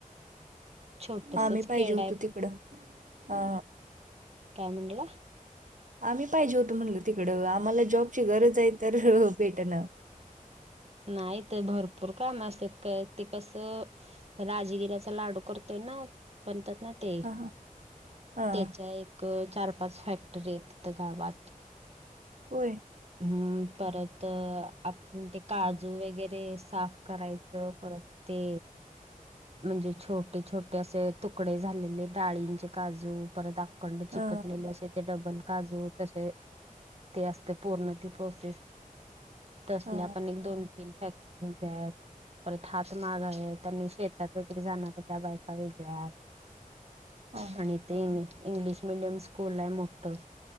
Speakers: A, on the right; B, on the right.
A: छोटसच
B: आम्ही
A: खेड
B: पाहिजे होतो
A: आहे काय
B: तिकडं, हा
A: काय म्हणाला?
B: आम्ही पाहिजे होतो म्हणलं तिकडं, आम्हाला जॉबची गरज आय तर भेटना
A: नाई ते भरपूर काम असत्यात क ते कसं राजगिऱ्याचा लाडू करतोय ना बणतात ना ते
B: हा हा हा
A: त्याच्या एक चार पाच फॅक्टरी ये तित गावात
B: होय.
A: हम्म परत अ आपूण ते काजू वगैरे साफ करायचं परत ते म्हणजे छोटे छोटे अस तुकडे झालेले डाळींचे काजू परत आ कंड चिकटलेले
B: हा
A: असे ते डबल काजू तसे ते असत. पूर्ण ती प्रोसेस तसल्या
B: हा
A: पण एक दोन तीन फॅक्टरी इथे आहेत. परत हात माग आहेत, आणि शेतात वगैरे जाणाऱ्या त्या बायका वेगळ्याच
B: हा
A: आणि ते <unintelligible> इंग्लिश मिडियम स्कूल आय मोठं